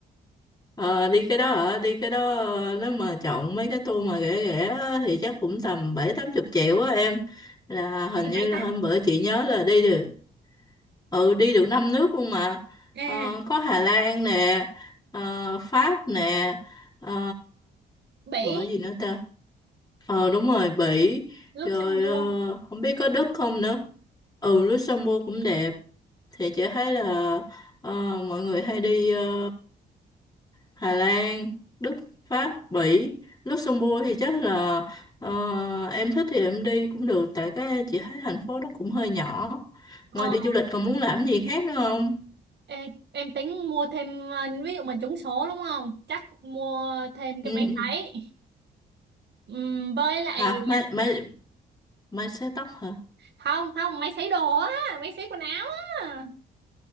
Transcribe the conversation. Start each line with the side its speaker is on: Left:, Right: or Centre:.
Left: ờ, đi cái đó hả đi cái đó ờ, nếu mà chọn mấy cái tour mà rẻ rẻ á, thì chắc cũng tầm bảy tám chục triệu á em là hình
Right: thì
Left: như
Right: đại
Left: là
Right: ta
Left: hôm bữa chị nhớ là đi được ừ đi được năm nước luôn mà
Right: ê
Left: Ờ, có Hà Lan nè ờ, Pháp nè ờ,
Right: Bỉ
Left: rồi gì nữa ta ờ đúng rồi Bỉ
Right: lúc
Left: rồi
Right: xong mua
Left: ờ, không biết có Đức không nữa ừ Luxembourg cũng đẹp thì chị thấy là ờ, mọi người hay đi ờ, Hà Lan Đức Pháp Bỉ Luxembourg thì chắc là ờ, em thích thì em đi cũng được tại cái chị thấy thành phố nó cũng hơi nhỏ
Right: Ờ.
Left: ngoài đi du lịch còn muốn làm gì khác nữa không
Right: Ê, em tính mua thêm ờ, ví dụ mà trúng số đúng không chắc mua thêm
Left: Ừ.
Right: cái máy sấy Ừm, với
Left: Hả?
Right: lại
Left: Máy máy máy sấy tóc hả?
Right: không không máy sấy đồ á máy sấy quần áo á